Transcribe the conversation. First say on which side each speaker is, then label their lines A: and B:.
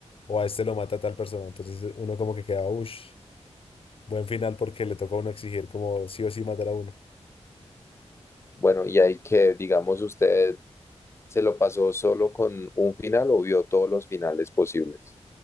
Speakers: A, on the left; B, on the left.
A: o a este lo mata tal persona. Entonces uno como que quedaba, uff, buen final porque le tocó a uno exigir como sí o sí matar a uno.
B: Bueno, y ahí que, digamos, usted ¿Se lo pasó solo con un final o vio todos los finales posibles?